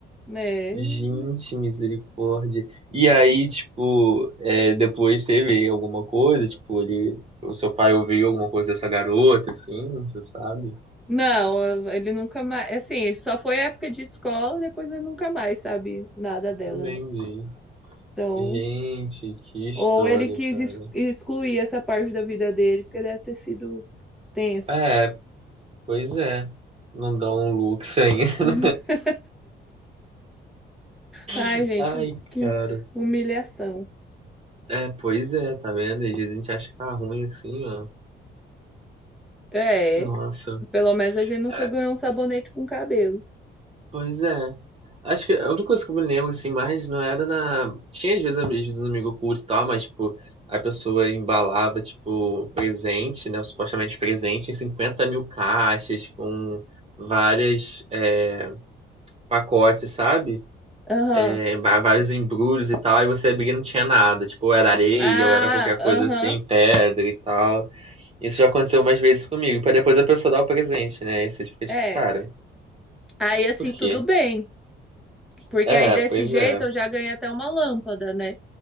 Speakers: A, in the centre; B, on the right.
A: É.
B: Gente, misericórdia. E aí, tipo, é, depois teve alguma coisa, tipo, ele, o seu pai ouviu alguma coisa dessa garota, assim, você sabe?
A: Não, ele nunca mais. Assim, só foi época de escola, depois ele nunca mais sabe nada dela,
B: Não Entendi.
A: né? Então,
B: Gente, que história,
A: Ou ele quis
B: cara.
A: ex- excluir essa parte da vida dele, porque deve ter sido tenso.
B: É, pois é. Não dá um lux ainda.
A: <laughs> Ai,
B: <laughs>
A: gente,
B: Ai,
A: que
B: cara.
A: humilhação.
B: É, pois é, tá vendo? Às vezes a gente acha que tá ruim assim, ó.
A: É,
B: Nossa.
A: pelo menos a gente nunca
B: É,
A: ganhou um sabonete com cabelo.
B: Pois é. Acho que a única coisa que eu me lembro, assim, mais não era na. Tinha às vezes, às vezes um amigo oculto e tal, mas, tipo, a pessoa embalava, tipo, presente, né? Supostamente presente em 50 mil caixas, com várias é, pacotes, sabe?
A: Aham.
B: É, va- vários embrulhos e tal, e você abria e não tinha nada. Tipo, ou era areia,
A: Ah,
B: ou era qualquer
A: aham.
B: coisa assim, pedra e tal. Isso já aconteceu umas vezes comigo, pra depois a pessoa dar o presente, né? E você fica
A: É.
B: tipo, cara,
A: Aí assim,
B: por quê?
A: tudo bem. Porque
B: É,
A: aí desse
B: pois
A: jeito
B: é.
A: eu já ganhei até uma lâmpada, né?